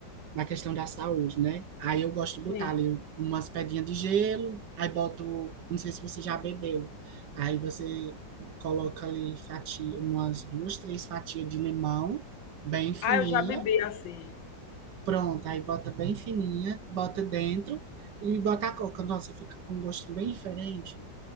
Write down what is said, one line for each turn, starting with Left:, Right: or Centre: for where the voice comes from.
Right: na questão da saúde, né? Aí eu gosto de botar
Left: Sim.
Right: ali umas pedrinhas de gelo, aí boto, não sei se você já bebeu, aí você coloca ali fatia, umas duas, três fatias de limão, bem fininha,
Left: Ah, eu já bebi assim.
Right: pronto, aí bota bem fininha, bota dentro e bota a coca. Nossa, fica com um gosto bem diferente